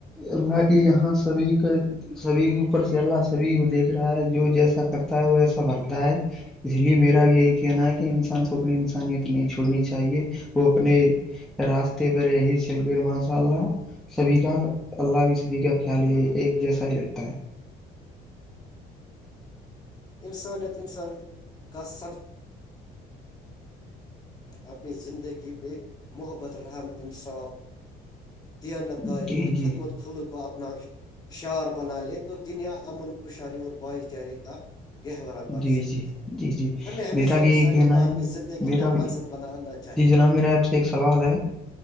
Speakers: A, in the centre; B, on the left (about 25°).
A: اللہ کی یہاں سبھی کا سبھی کو اوپر سے اللہ سبھی کو دیکھ رہا ہے جو جیسا کرتا ہے وہ ایسا بھرتا ہے اس لیے میرا بھی یہی کہنا ہے کہ انسان کو
B: بالکل
A: اپنی انسانیت نہیں چھوڑنی چاہیے وہ اپنے راستے پر یہی چل ماشاء اللہ سبھی کا اللہ بھی سبھی کا خیال یہ ایک جیسا ہی رکھتا ہے
B: انسانیت انسان کا سب اپنی زندگی بے محبت رحم انصاف دیانت
A: جی
B: داری اور
A: جی
B: خدمت خل کو اپنا شعار بنا لے تو دنیا امن خوشحالی اور بھائی چارے کا گہورا بن
A: جی
B: سکتی
A: جی
B: ہے
A: جی جی
B: ہمیں ہمیشہ
A: میرا بھی
B: انسانیت
A: یہی کہنا
B: کو اپنی
A: ہے
B: زندگی
A: میرا
B: کا
A: بھی
B: مق بنانا چاہیں
A: جی جناب میرا آپ سے ایک سوال ہے